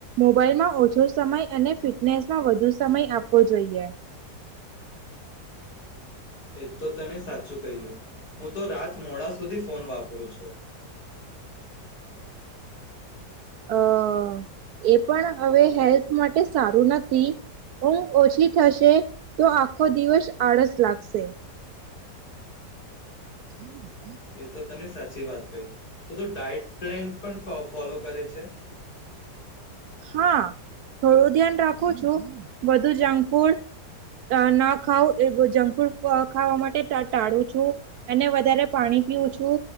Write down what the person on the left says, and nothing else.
એ તો તને સાચું કહ્યું હું તો રાત મોડા સુધી ફોન વાપરું છું.
એ તો તને સાચી સાચી વાત કઈ તો ત ડાયટ પ્લાન પણ ફોલો કરે છે.